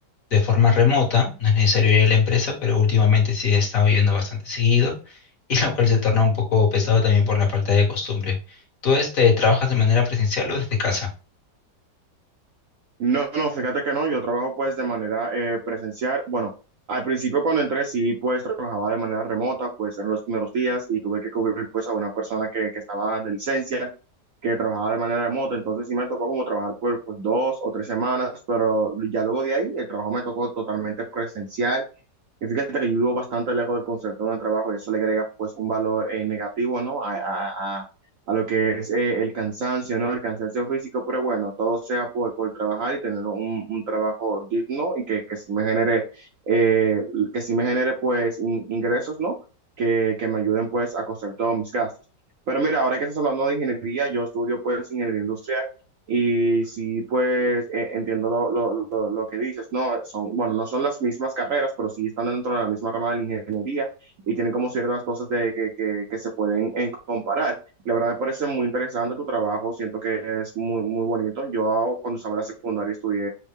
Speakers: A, on the left; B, on the right.
A: de forma remota, no es necesario ir a la empresa, pero últimamente sí he estado yendo bastante seguido, <laughs> y lo cual se torna un poco pesado también por la falta de costumbre. ¿Tú este, trabajas de manera presencial o desde casa?
B: No, no, fíjate que no, yo trabajo pues de manera eh, presencial. Bueno, al principio cuando entré sí pues trabajaba de manera remota, pues en los primeros días y tuve que cubrir pues a una persona que, que estaba de licencia, que trabajaba de manera remota, entonces sí me tocó como trabajar por pues dos o tres semanas, pero ya luego de ahí el trabajo me tocó totalmente presencial y fíjate que yo vivo bastante lejos del concepto de trabajo y eso le agrega pues un valor eh, negativo, ¿no? A, a, a, a lo que es eh, el cansancio, ¿no? El cansancio físico, pero bueno, todo sea por, por trabajar y tener un, un trabajo digno y que, que sí me genere, eh, que sí me genere pues in- ingresos, ¿no? Que, que me ayuden pues a costear todos mis gastos. Pero mira, ahora que estás hablando de ingeniería, yo estudio pues ingeniería industrial y sí pues eh, entiendo lo, lo lo, lo, que dices, ¿no? Son, bueno, no son las mismas carreras, pero sí están dentro de la misma rama de la ingeniería y tienen como ciertas cosas de, que, que, que se pueden eh, comparar. La verdad me parece muy interesante tu trabajo, siento que es muy, muy bonito. Yo cuando estaba en la secundaria estudié